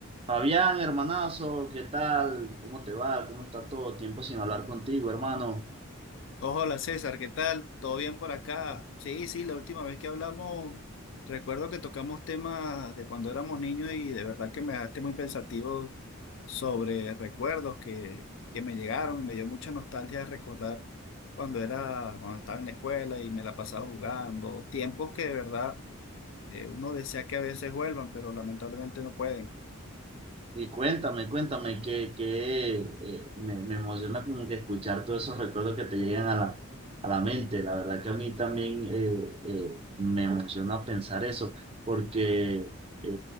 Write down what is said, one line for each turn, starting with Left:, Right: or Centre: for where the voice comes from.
Right: Fabián, hermanazo, ¿qué tal? ¿Cómo te va? ¿Cómo está todo? Tiempo sin hablar contigo, hermano.
Left: Hola César, ¿qué tal? ¿Todo bien por acá? Sí, sí, la última vez que hablamos, recuerdo que tocamos temas de cuando éramos niños y de verdad que me dejaste muy pensativo sobre recuerdos que, que me llegaron, me dio mucha nostalgia recordar cuando era, cuando estaba en la escuela y me la pasaba jugando, tiempos que de verdad eh, uno desea que a veces vuelvan, pero lamentablemente no pueden.
Right: Y cuéntame, cuéntame, que, que eh, me, me emociona como que escuchar todos esos recuerdos que te llegan a la, a la mente. La verdad que a mí también eh, eh, me emociona pensar eso, porque, eh,